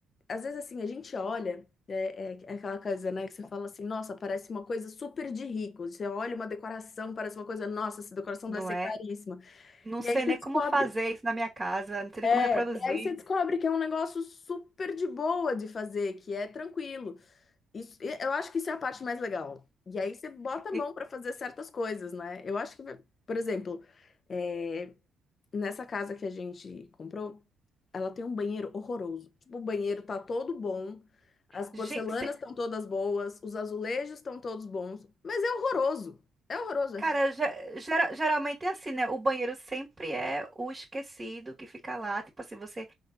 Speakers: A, on the left; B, on the right.
A: às vezes assim, a gente olha, é, é, é aquela coisa, né, que você fala assim, nossa, parece uma coisa super de rico. Você olha uma decoração, parece uma coisa, nossa, essa decoração
B: Não
A: deve ser
B: é?
A: caríssima.
B: Não
A: E
B: sei
A: aí você
B: nem
A: descobre,
B: como fazer isso na minha casa, não sei nem
A: é,
B: como reproduzir.
A: e aí você descobre que é um negócio super de boa de fazer, que é tranquilo. Isso, e eu acho que isso é a parte mais legal. E aí você bota a
B: E-
A: mão pra fazer certas coisas, né? Eu acho que, por exemplo, é, Nessa casa que a gente comprou, ela tem um banheiro horroroso. Tipo, o banheiro tá todo bom, as porcelanas
B: Gente,
A: estão todas boas, os azulejos estão todos bons, mas é horroroso. É horroroso.
B: Cara,
A: É,
B: ge- gera- geralmente é assim, né? O banheiro sempre é o esquecido que fica lá. Tipo assim, você